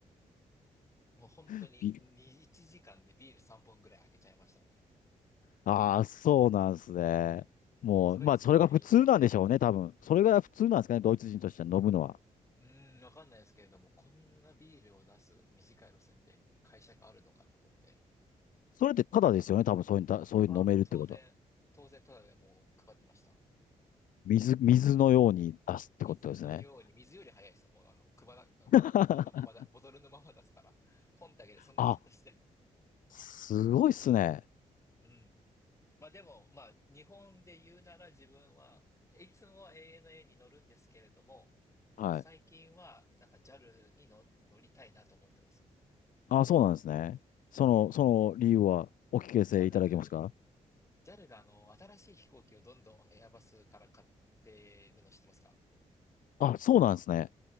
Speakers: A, on the left; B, on the left.
A: もう本当に2、
B: び
A: 1時間でビール3本ぐらい開けちゃいましたね。
B: ああ、そうなんですね。
A: うん、
B: もう、
A: それすごい印象で。
B: まあ、それが普通なんでしょうね、多分。それが普通なんですかね、ドイツ人としては飲むのは。
A: うん、わかんないですけれども、こんなビールを出す短い路線で会社があるのかと思って。
B: それってただですよね、多分そういうの、そういうの飲めるってことは。
A: あ、もう当然、当然ただでもう配ってました。
B: 水、水のように出すってことですね。
A: 水のように、水より早いです。もうあの、配ら、あのボトルのままだ、
B: <laughs>
A: ボトルのまま出すから、ポンってあげてそのまま出して。
B: あ、すごいっすね。
A: うん。まあでも、まあ、日本で言うなら自分はいつもは ANA に乗るんですけれども、
B: はい。
A: 最近は、なんか JAL にの乗りたいなと思ってます。
B: あ、そうなんですね。その、
A: うん。
B: その理由はお聞かせいただけますか
A: JAL、ジャルがあの、新しい飛行機をどんどんエアバスから買ってるの知ってますか
B: あ、そうなんですね。